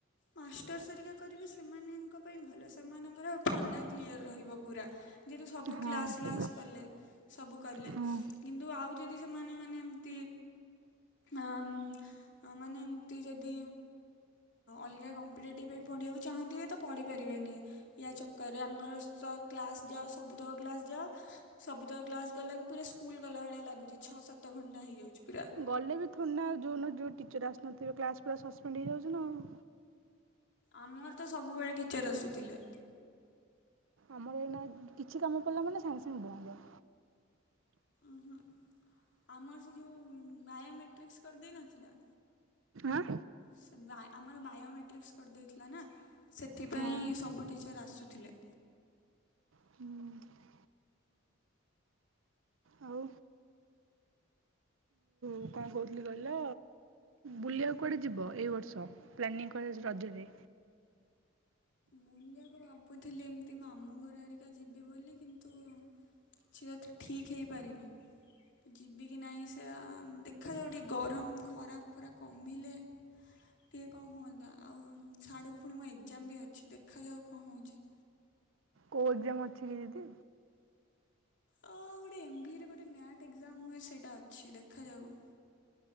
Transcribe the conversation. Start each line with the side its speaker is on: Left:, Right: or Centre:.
Left: ମାଷ୍ଟର୍ ସରିକା କରିବି ସେମାନଙ୍କ ପାଇଁ ଭଲ ସେମାନଙ୍କର ଫଣ୍ଡା କ୍ଲିଅର ରହିବ ପୁରା ଯେହେତୁ ସବୁ
Right: ହଁ
Left: କ୍ଲାସ୍ ଫ୍ଲାସ୍ କଲେ ସବୁ କଲେ
Right: ହଁ।
Left: କିନ୍ତୁ ଆଉ ଯଦି ସେମାନେ ମାନେ ଏମତି ଅଁ ଅ ମାନେ ତୁ ଯଦି ଅଲଗା କମ୍ପିଟେଟିଭ୍ ପାଇଁ ପଢ଼ିବାକୁ ଚାହୁଁଥିବେ ତ ପଢ଼ିପାରିବେନି ୟା ଚକର ରେ ଆମର କ୍ଲାସ୍ ଯାଅ ସବୁ ତକ କ୍ଲାସ୍ ଯାଅ ସବୁତକ କ୍ଲାସ୍ ଗଲାକୁ ପୁରା ସ୍କୁଲ ଗଲା ଭଳିଆ ଲାଗୁଛି ଛଅ ସାତ ଘଣ୍ଟା ହେଇଯାଉଛି ପୁରା
Right: ଗଲେ ବି ଥଣ୍ଡା ଆଉଁ ଯେଉଁ ଟିଚର୍ ଆସୁନଥିବେ କ୍ଲାସ୍ ପୁରା ସସ୍ପେଣ୍ଡ ହେଇଯାଉଛି ନାଁ ଆଉ
Left: ଆମର ତ ସବୁବେଳେ ଟିଚର୍ ଆସୁଥିଲେ।
Right: ଆମର ଏଇନା କିଛି କାମ ପଡ଼ିଲା ମାନେ ସାଙ୍ଗେ ସାଙ୍ଗେ ବନ୍ଦ
Left: ଓହୁ ଆମର ସେ ଯେଉଁ ବାୟୋମେଟ୍ରିକ୍ସ କରିଦେଇ ନ ଥିଲା
Right: ଆଁ
Left: ସେ ବା ଆମର ବାୟୋମେଟ୍ରିକ୍ସ କରିଦେଇଥିଲା ନାଁ ସେଥିପାଇଁ
Right: ହଁ
Left: ସବୁ ଟିଚର୍ ଆସୁଥିଲେ
Right: ହୁଁ। ଆଉ ମୁଁ କଣ କହୁଥିଲି କହିଲ ବୁଲିବାକୁ କୁଆଡ଼େ ଯିବ ଏଇ ବର୍ଷ ପ୍ଲାନିଂ କୁଆଡେ ହେଇଚି ରଜରେ?
Left: ବୁଲି ବାକୁ ଭାବୁଥିଲି ଏମତି ମାମୁଁ ଘର ଘରିକା ଯିବି ବୋଲି କିନ୍ତୁ ସେଟା ତ ଠିକ୍ ହେଇପାରିନି ଯିବ କିି ନାହିଁ ସେୟା ଦେଖାଯାଉ ଟିକେ ଗରମ ଖରାପ ଫରା କମିଲେ ଟିକଏ କଣ ହୁଅନ୍ତା ଆଉ ସାଡ଼କୁ ପୁଣି ମୋ ଏକ୍ଜାମ ବି ଅଛି ଦେଖାଯାଉ କଣ ହଉଛି
Right: କୋଉ ଏକଜାମ୍ ଅଛି କି ଦିଦି?
Left: ଅଁ ଗୋଟେ ଏମଭିରେ ଗୋଟୋ <inaudible> ଏକଜାମ୍ ହୁଏ ସେଇଟା ଅଛି ଦେଖାଯାଉ